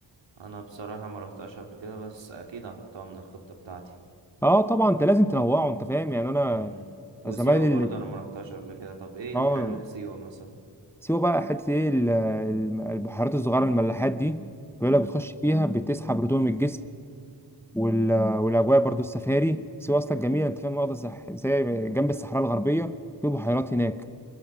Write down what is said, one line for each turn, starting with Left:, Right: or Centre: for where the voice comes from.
Right: انا بصراحة ما رحتهاش قبل كده بس اكيد هحطها من الخطة بتاعتي
Centre: اه طبعا انت لازم تنوعه انت فاهم يعني انا
Right: امم وسيوة
Centre: زمايلي
Right: برضه
Centre: اللي
Right: انا ما رحتهاش قبل كده طب ايه الحلو
Centre: اه
Right: في سيوة مثلا
Centre: سيوه بقى حته ايه ال- الم- البحيرات الصغيره الملاحات دي بيقول لك بتخش فيها بتسحب رطوبه من الجسم وال... والاجواء برضو السفاري سيوه اصلا جميله انت فاهم واخده زح- زي جنب الصحراء الغربيه في بحيرات هناك